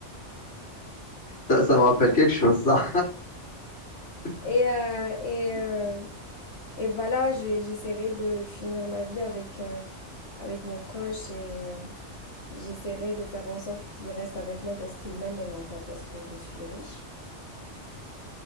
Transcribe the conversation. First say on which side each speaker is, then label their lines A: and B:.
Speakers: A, on the left (about 75°); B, on the left (about 60°).
A: Ça, ça me rappelle quelque chose, ça. <laughs>
B: Et, euh, et, euh, et voilà, j'ai- j'essaierai de finir ma vie avec, euh, avec mes proches et euh, j'essaierai de faire en sorte qu'ils restent avec moi parce qu'ils m'aiment et non pas parce que je suis riche.